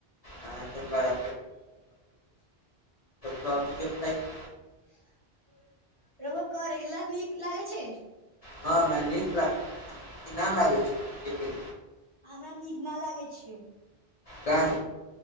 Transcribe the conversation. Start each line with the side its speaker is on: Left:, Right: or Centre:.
Left: हँ त बरा
Right: <unintelligible>
Left: सब चीज खाइ छी
Right: रउआ करेला नीक लागे छै
Left: हँ मै नीक लागे छै
Right: हमरा नीक न लागै छै
Left: काहे